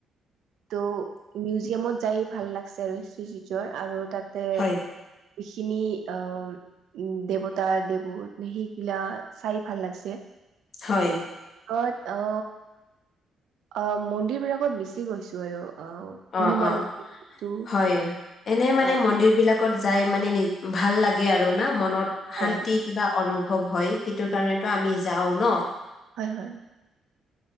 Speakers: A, on the right; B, on the left.
A: ত' মিউজিয়ামত যায় ভাল লাগিছে আৰু আজি আৰু তাত <unintelligible> তে
B: হয়,
A: স খিনি অ উ দেৱতা দেৱোত সেইগিলা চাই ভাল লাগিছে <unintelligible>
B: হয়
A: কত অ অ মন্দিৰ বিলাকত বেচি গৈছো আৰু অ হনুমান
B: অ অ
A: মন্দিৰটো
B: হয় এনে মানে
A: অ
B: মন্দিৰ বিলাক ত যাই মানে নি ভাল লাগে আৰু না মনত
A: হয়
B: শান্তি কিবা অনুভৱ হয় সেইটোৰ কাৰণেতো আমি যাও ন
A: হয় হয়